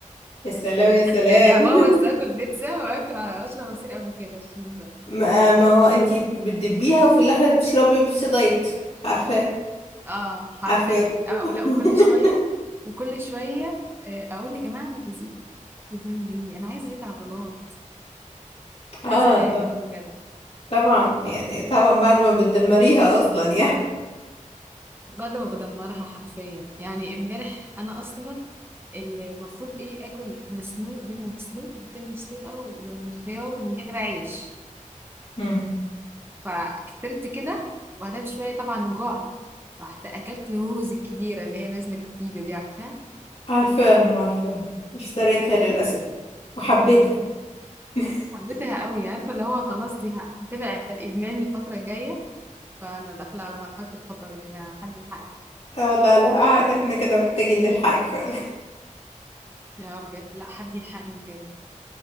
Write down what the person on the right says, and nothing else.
يعني هبوظ
اكل بيتزا واكل اشرب عصير افوكادو عشان الدايت
اه حرفيا
اه لا وكل شوية وكل شوية آه، اقول يا جماعة انا بزيد دهون ليه انا عايزة ازيد عضلات
يا سلام
بجد
بعد ما بدمرها حرفيا يعني امبارح انا اصلا المفروض ايه اكل مسلوق بيض مسلوق بيضتين مسلوقه و- وخيار ومن غير عيش
ففطرت كده وبعدها بشويه طبعا جوع رحت اكلت الهوز الكبيره اللي هي نازله جديده دي عارفه
حبيتها قوي عارفه اللي هو خلاص دي ه- هتبقى الادمان الفتره الجايه فانا داخله على مرحله الخطر يا جماعه حد يلحقني
لا بجد لا حد يلحقني بجد